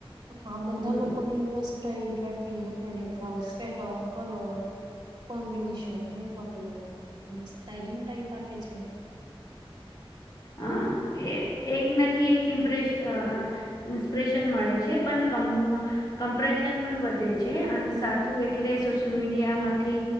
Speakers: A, on the right (about 45°); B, on the left (about 40°).
A: આ બધા
B: હમ
A: લોકોને ઇન્વેસ્ટ સ્ટલ ડાફિંગડ blouse pattern colour combination makeup એલો ને સ્ટાાઈલિંગ ટાઈપ આપે છે
B: અ એ એક નથી એક ઇમ્પ્રેશ અ ઇન્સ્પિરેશન મળે છે પણ કમ કમ્પ્રેશન પણ વધે છે અને સાથું એટલે સોશિયલ મીડિયામાંથી